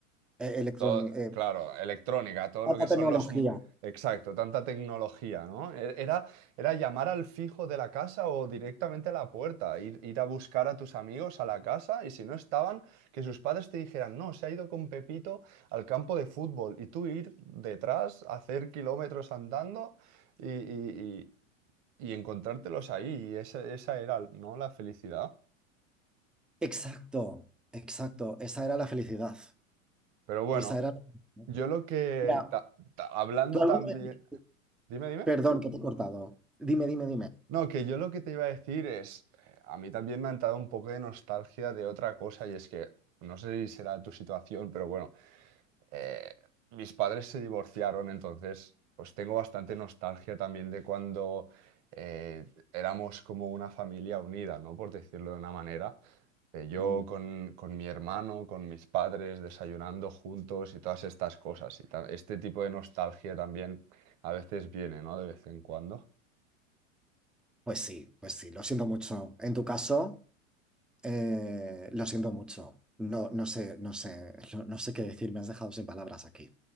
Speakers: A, in the centre; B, on the right.
A: Eh, electroni-
B: Todo,
A: eh,
B: claro, electrónica, todo
A: tanta
B: lo que son
A: tecnología.
B: los... m- Exacto, tanta tecnología, ¿no? E- Era, era llamar al fijo de la casa o directamente a la puerta, ir, ir a buscar a tus amigos a la casa y si no estaban, que sus padres te dijeran, no, se ha ido con Pepito al campo de fútbol y tú ir detrás, hacer kilómetros andando y, y- y- y encontrártelos ahí, y esa, esa era, ¿no? La felicidad.
A: Exacto, exacto. Esa era la felicidad.
B: Pero bueno,
A: Esa era la felicidad.
B: yo lo que,
A: Mira,
B: ta- ta- hablando
A: ¿tú alguna
B: también,
A: vez...
B: dime, dime.
A: Perdón, que te he cortado. Dime, dime, dime.
B: No, que yo lo que te iba a decir es, eh, a mí también me han dado un poco de nostalgia de otra cosa, y es que, no sé si será tu situación, pero bueno, eh, mis padres se divorciaron, entonces, pues tengo bastante nostalgia también de cuando eh, éramos como una familia unida, ¿no? Por decirlo de una manera. de yo
A: Mm,
B: con, con mi hermano, con mis padres, desayunando juntos y todas estas cosas. Y ta- este tipo de nostalgia también a veces viene, ¿no? De vez en cuando.
A: Pues sí, pues sí, lo siento mucho. ¿En tu caso? Eh, lo siento mucho. No, no sé, no sé, no, no sé qué decir. Me has dejado sin palabras aquí.